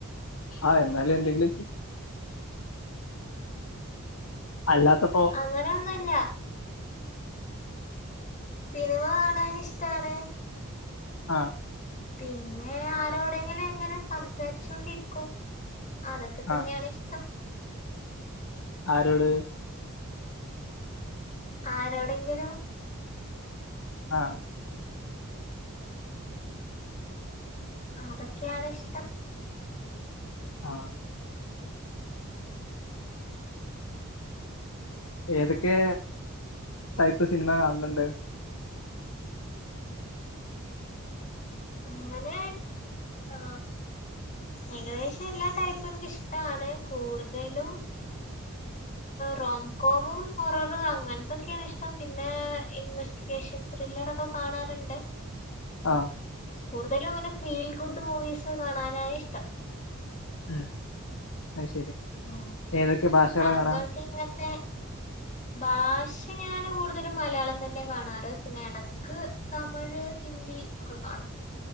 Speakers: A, on the left (about 80°); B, on the left (about 35°).
A: ആഹ് എന്താലും എന്തെങ്കിലും അല്ലാത്തപ്പോ?
B: അങ്ങനെൊന്നുമല്ല സിനിമ കാണൻ ഇഷ്ടാണ്
A: ആഹ
B: പിന്നെ ആരോടെങ്കിലും എങ്ങനെ സംസാരിച്ചോ കൊണ്ടിരിക്കും അതൊക്കെ തന്നെയാണ്
A: ആ
B: ഇഷ്ടം
A: ആരോട്
B: ആരോടെങ്കിലും
A: ആഹ
B: അതൊക്കെയാണ് ഇഷ്ടം
A: ആഹ ഏതൊക്കെ ടൈപ്പ് സിനിമ കാണുന്നുണ്ട്
B: അങ്ങനെ ആ ഏകദേശം എല്ലാ ടൈപ്പ് ഇ എനിക്കിഷ്ടമാണ് കൂടുതലും റോംകോമും ഹോററും അങ്ങനത്തൊക്കെയാണ് ഇഷ്ടം പിന്നെ ഇൻവെസ്റ്റിഗേഷ ം ത്രില്ലറൊക്കെ കാണാറുണ്ട്
A: ആഹ
B: കൂടുതലും അങ്ങനെ ഫീൽ ഗുഡ് മൂവീസ് കാണാനായ ഇഷ്ടം
A: ഉം അ ശരി
B: ഉം
A: ഏതൊക്കെ ഭാഷകളെ
B: താങ്കൾക്ക്
A: കാണാം
B: ഇങ്ങനത്തെ ഭാഷ ഞാന് കൂടുതലും മലയാളം തന്നെ കാണാറ് പിന്നെ ഇടക്ക് തമിഴ് ഹിന്ദ ഒക്കെ കാണും